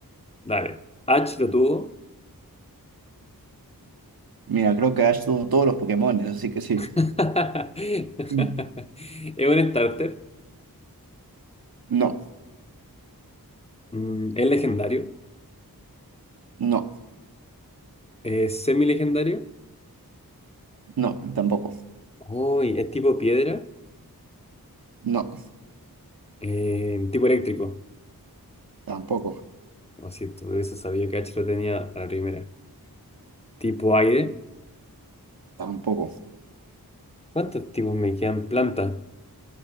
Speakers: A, on the left (about 15°); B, on the right (about 70°).
A: Dale. H lo tuvo.
B: Mira, creo que Ash tuvo todos los Pokémon, así que sí.
A: <laughs> ¿Es
B: Mm.
A: un starter?
B: No,
A: Mm, ¿Es legendario?
B: no,
A: ¿Es semi-legendario?
B: no, tampoco.
A: Uy, ¿es tipo piedra?
B: No,
A: Eh, ¿tipo eléctrico?
B: tampoco,
A: Lo siento, eso sabía que H lo tenía a la primera. tipo aire.
B: tampoco.
A: ¿Cuántos tipos me quedan? Planta.